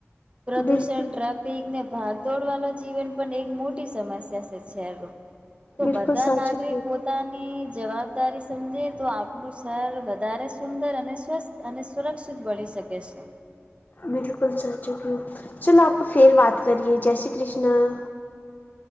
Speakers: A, on the right; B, on the left.
A: પ્રદૂષણ
B: બિલકુલ
A: ટ્રપ પીકને ભાગ દોડ વાળ જીવન પણ એક મોટી સમસ્યા છે શહેરો. તો
B: બિલકુલ
A: બધા
B: સાચું
A: નાગરિક
B: કયું
A: પોતાની જવાબદારી સમજે તો આપ એનું સ્ર વધારે સુંદર અને સ્વસ્થ અને સુરક્ષિત બણી શકે છે.
B: બિલકુલ સાચું ક્યું. ચલો આપ ફેર વાત કરીએ જય શ્રી કૃષ્ણ.